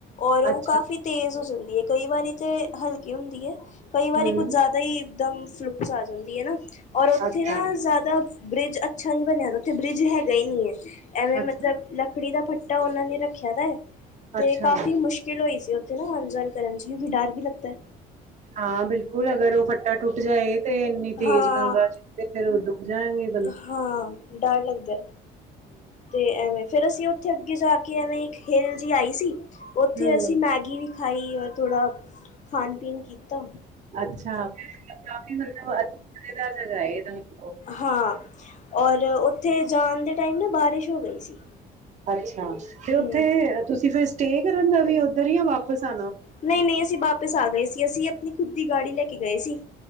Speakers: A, on the left (about 45°); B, on the right (about 45°).
A: ਔਰ ਓ
B: ਅੱਛਾ
A: ਕਾਫੀ ਤੇਜ਼ ਹੋ ਜਾਂਦੀ ਏ ਕਈ ਵਾਰੀ, 'ਤੇ ਹਲਕੀ ਹੁੰਦੀ ਏ, ਕਈ ਵਾਰੀ
B: ਹੂੰ
A: ਕੁੱਝ ਜਾ ਸਹੀ ਇੱਕ ਦਮ ਫਲੋਅ 'ਚ ਆ ਜਾਂਦੀ ਏ ਨਾ, ਔਰ ਉੱਥੇ
B: ਅੱਛਾ
A: ਨਾ ਜਾਦਾ ਬ੍ਰਿੱਜ ਅੱਛਾ ਨੀ ਬਨਿਆ ਦਾ ਉੱਥੇ ਬ੍ਰਿੱਜ ਹੈਗਾ ਈ ਨੀ ਐ, ਐਵੇਂ
B: ਅੱਛਾ
A: ਮਤਲਬ। ਲੱਕੜੀ ਦਾ ਫੱਟਾ ਉਨਾਂ ਨੇ ਰੱਖਿਆ ਦੈ। 'ਤੇ
B: ਅੱਛਾ
A: ਕਾਫੀ ਮੁਸ਼ਕਿਲ ਹੋਈ ਸੀ ਉੱਥੇ ਨਾ, ਆਨ- ਜਾਨ ਕਰਨ 'ਚ ਫਿਰ ਡਰ ਵੀ ਲੱਗਦਾ।
B: ਹਾਂ, ਬਿਲਕੁਲ, ਅਗਰ ਉਹ ਫੱਟਾ ਟੁੱਟ ਜਾਏ, 'ਤੇ ਇੰਨੀ ਤੇਜ਼
A: ਹਾਂ
B: ਗੰਗਾ 'ਚ ਫਿਰ ਫੇਰ ਉਹ ਡੁਬ ਜਾਏਂਗੇ।
A: ਹਾਂ, ਡਰ ਲੱਗਦੈ। 'ਤੇ ਐਵੇਂ ਫਿਰ ਅਸੀਂ ਉੱਥੇ ਅੱਗੇ ਜਾ ਕੇ, ਐਵੇਂ ਇੱਕ ਹਿਲ ਜੀ ਆਈ ਸੀ। ਓੱਥੇ
B: ਹੂੰ
A: ਅਸੀਂ ਮੈਗੀ ਵੀ ਖਾਈ, ਔਰ ਥੋੜਾ ਖਾਨ-ਪੀਨ ਕੀਤਾ।
B: ਅੱਛਾ, ਕਾਫੀ ਮਤਲਬ, ਮਜ਼ੇਦਾਰ ਜਗ੍ਹਾ ਹੈ ਯੇ ਤੋ।
A: ਹਾਂ, ਔਰ ਉੱਥੇ ਜਾਨ ਦੇ ਟਾਈਮ ਨਾ ਬਾਰਿਸ਼ ਹੋ ਗਈ ਸੀ।
B: ਅੱਛਾ, 'ਤੇ ਓਥੇ
A: ਹਮ
B: ਤੁਸੀਂ ਫਿਰ ਸਟੇਅ ਕਰਨ ਦਾ ਵੀ ਓਧਰ ਈ, ਯਾ ਵਾਪਿਸ ਆਨਾ?
A: ਨਈ- ਨਈ, ਅਸੀਂ ਵਾਪਿਸ ਆ ਗਏ ਸੀ। ਅਸੀਂ ਅਪਨੀ ਖੁਦ ਦੀ ਗਾੜੀ ਲੈ ਕੇ ਗਏ ਸੀ।